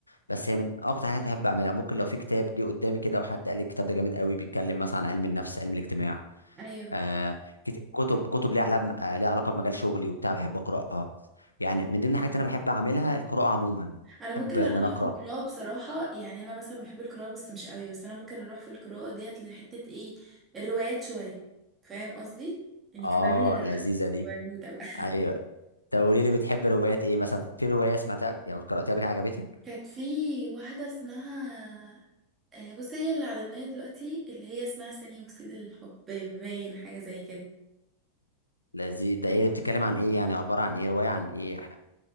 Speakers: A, on the left; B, on the right.
A: بس هي من أكتر حاجات بحب أعملها ممكن لو في كتاب جه قدامي كده وحد قال لي الكتاب ده جامد قوي بيتكلم مثلا عن علم النفس علم الاجتماع
B: ايوه
A: آه كت- كتب كتب ليها علاقة آه، ليها علاقة بمجال شغلي وبتاع بحب أقرأها يعني من ضمن الحاجات اللي أنا بحب أعملها القراءة عموما
B: انا ممكن
A: بحب إن
B: اروح
A: أنا أقرأ
B: في القراءه بصراحه يعني انا مثلا بحب القراءه بس مش قوي بس انا ممكن اروح في القراءه ديت لحته ايه الروايات شويه فاهم قصدي يعني
A: اه
B: كبنوده
A: لذيذة
B: بقى
A: دي
B: كبنوده بقى
A: ايوه طب قولي لي بتحب روايات ايه مثلا في روايه سمعتها قبل- او قراتها قبل كده عجبتك
B: <laughs> كانت في واحده اسمها آه، بص هي اللي على النايل دلوقتي اللي هي اسمها ثاني اكسيد الحب باين حاجه زي كده
A: لذي ده ايه ده بتتكلم عن ايه يعني عباره عن ايه روايه عن ايه ح-